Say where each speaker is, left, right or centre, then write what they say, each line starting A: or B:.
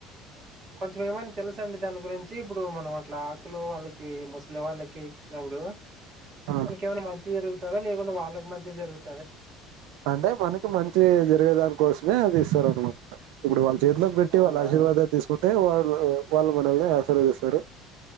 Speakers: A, on the right (about 25°); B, on the right (about 75°).
A: అ కొంచెం ఏమైనా తెలుస అండి దాని గురించి ఇప్పుడు మనం అట్లా ఆకులు వాళ్ళకి ముసలి వాళ్ళకి ఇచ్చినప్పుడు
B: ఆ!
A: మనకేమైన్నా మంచిగా జరుగుతుందా లేకుండా వాళ్ళకి మంచిగా జరుగుతుంది
B: అంటే మనకి మంచి జరిగేదాని కోసమే అది ఇస్తార అనమాట ఇప్పుడు వాళ్ళ చేతిలోకి పెట్టి
A: అవునా
B: వాళ్ళ ఆశీర్వాదాలు తీసుకుంటే వాళ్ వాళ్ళు మనల్ని ఆశర్వదిస్తారు